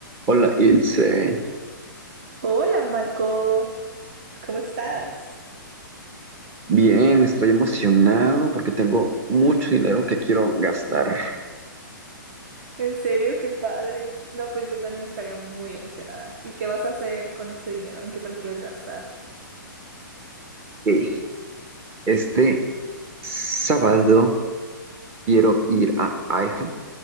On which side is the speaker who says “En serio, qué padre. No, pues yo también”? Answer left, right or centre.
Right